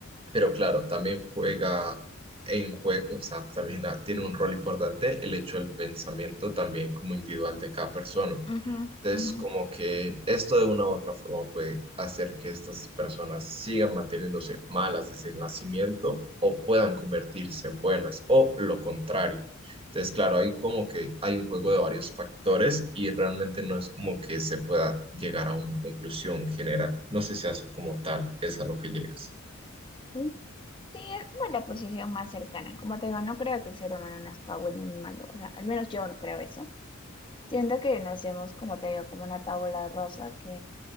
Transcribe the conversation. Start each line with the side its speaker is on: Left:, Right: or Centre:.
Right: pero claro, también juega en juego, o sea, también da- tiene un rol importante el hecho del pensamiento también como individual de cada persona.
Left: Ajá.
Right: Entonces,
Left: Ajá.
Right: como que esto de una u otra forma puede hacer que estas personas sigan manteniéndose malas desde el nacimiento o puedan convertirse en buenas o lo contrario. Entonces, claro, ahí como que hay un juego de varios factores y realmente no es como que se pueda llegar a una conclusión general. No sé si a eso como tal es a lo que llegas.
Left: Mm, Sí, es como la posición más cercana. Como te digo, no creo que el ser humano nazca bueno ni malo. O sea, al menos yo no creo eso. Siento que nacemos, como te digo, como una tabla rosa que